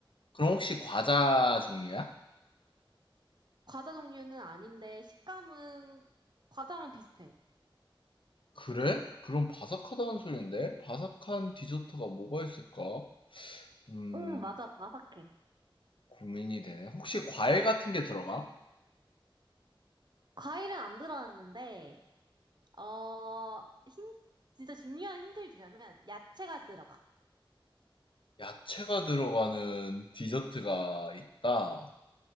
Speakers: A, on the left; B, on the right.
A: 그럼 혹시 과자 종류야?
B: 과자 종류는 아닌데 식감은 과자랑 비슷해.
A: 그래? 그럼 바삭하다는 소린데? 바삭한 디저트가 뭐가 있을까? 음,
B: 응, 맞아. 바삭해.
A: 고민이 되네. 혹시 과일 같은 게 들어가?
B: 과일은 안 들어갔는데 어, 힌, 진짜 중요한 힌트를 주자면, 야채가 들어가.
A: 야채가 들어가는 디저트가 있다?